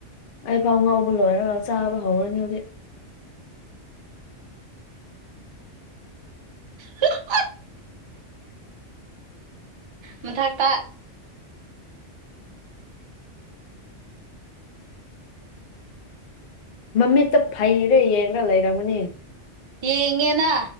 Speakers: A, on the left (about 55°); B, on the right (about 50°).
A: ꯑꯩ ꯐꯥꯎ ꯉꯧꯕ ꯂꯣꯏꯔꯒ ꯆꯥꯕ ꯍꯧꯔꯅꯤ ꯍꯧꯖꯤꯛ
B: ꯍ ꯍ ꯃꯊꯛꯇ
A: ꯃꯃꯤꯠꯇ ꯐꯩꯔꯦ ꯌꯦꯡꯒ ꯂꯩꯔꯝꯒꯅꯤ
B: ꯌꯦꯡꯉꯦꯅ